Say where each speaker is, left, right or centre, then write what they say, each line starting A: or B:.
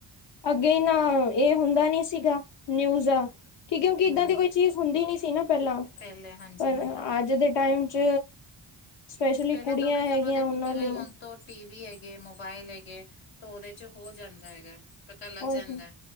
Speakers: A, on the left (about 55°); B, on the left (about 85°).
A: ਅੱਗੇ ਨਾ ਇਹ ਹੁੰਦਾ ਨੀ ਸੀਗਾ ਨਿਊਜ਼ ਕਿ, ਕਿਉਂਕਿ ਇੱਦਾਂ
B: ਹੂੰ
A: ਦੀ ਕੋਈ ਚੀਜ਼ ਹੁੰਦੀ ਨੀ ਸੀ ਨਾ ਪਹਿਲਾਂ,
B: ਪਹਿਲੇ ਹਾਂਜੀ
A: ਪਰ
B: ਉਹੀ ਉਹੀ
A: ਅੱਜ ਦੇ ਟਾਈਮ ਚ ਸਪੈਸ਼ਲੀ
B: ਪਹਿਲੇ
A: ਕੁੜੀਆਂ
B: ਚਲੋ
A: ਹੈਗੀਆਂ
B: ਦੇਖੋ
A: ਉਹਨਾਂ
B: ਕਿਵੇਂ
A: ਲਈ
B: ਹੁਣ ਤੋਂ ਟੀ ਵੀ ਹੈਗੇ ਮੋਬਾਇਲ ਹੈਗੇ ਤਾਂ ਉਹਦੇ ਵਿੱਚ ਹੋ ਜਾਂਦਾ ਹੈਗਾ ਪਤਾ ਲੱਗ
A: ਉਹੀ
B: ਜਾਂਦਾ